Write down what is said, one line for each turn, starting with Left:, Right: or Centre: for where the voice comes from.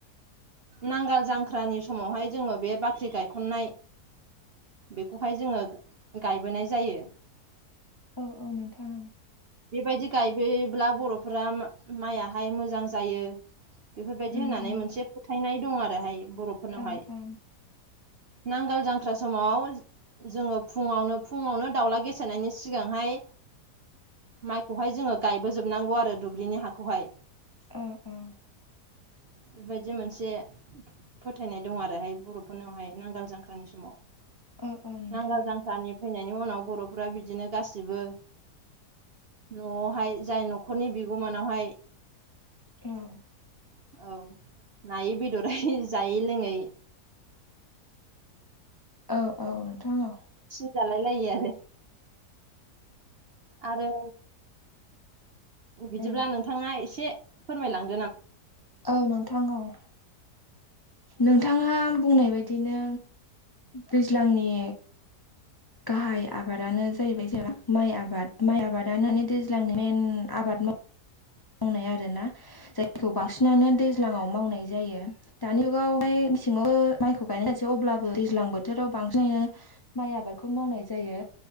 Right: नांगाल जांख्रानि समावहाय जोङो बे बाख्रि गायखननाय बेखौहाय जोङो गायबोनाय जायो।
Left: औ औ नोंथां औ
Right: बेबायदि गायबोब्ला बर'फोरा माइयाहाय मोजां जायो। बेफोरबायदि
Left: उम
Right: होननानै
Left: उम
Right: मोनसे फोथायनाय दं आरोहाय बर'फोरनावहाय।
Left: औ औ
Right: नांगोल जांख्रा समाव जोङो फुङावनो फुङावनो दाउला गेसेनायनि सिगांहाय माइखौहाय जोङो गायबोजोबनांगौ आरो दुब्लिनि हाखौहाय।
Left: औ औ
Right: बेबायदि मोनसे फोथायनाय दं आरोहाय बर'फोरनावहाय नांगाल जांख्रानि समाव।
Left: औ औ नोंथां
Right: नांगाल जांख्रानि फैनायनि उनाव बर'फोरा बिदिनो गासिबो न'आवहाय जाय न'खरनि बिगोमानावहाय
Left: औ
Right: औ नायै बेदरै जायै लोङै
Left: औ औ नोंथां औ
Right: जालायलायो आरो। आरो बिदिब्ला
Left: औ
Right: नोंथाङा एसे फोरमायलां।
Left: औ नोंथां औ नोंथाङा बुंनाय बायदिनो दैज्लांनि गाहाय आबादानो जाहैबाय जेना माइ आबाद माइ आबादानो दैज्लांनि मेन आबाद मावनाय आरोना। जायखौ बांसिनानो दैज्लाङाव मावनाय जायो। दानि जुगाव हाय मेसेंयावबो मायखौ गायनाय जासै अब्लाबो दैज्लां बोथोराव बांसिनैनो माइ आबादखौ मावनाय जायो।